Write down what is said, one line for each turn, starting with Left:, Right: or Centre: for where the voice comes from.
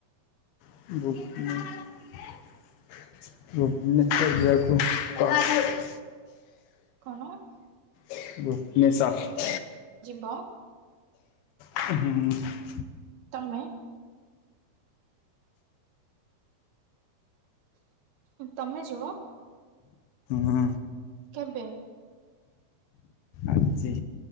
Left: <unintelligible>
Right: କଣ?
Left: ଭୁବନେଶ୍ୱର।
Right: ଯିବ?
Left: ହୁଁ।
Right: ତମେ? ତମେ ଯିବ?
Left: ହଁ।
Right: କେବେ?
Left: ଆଜି।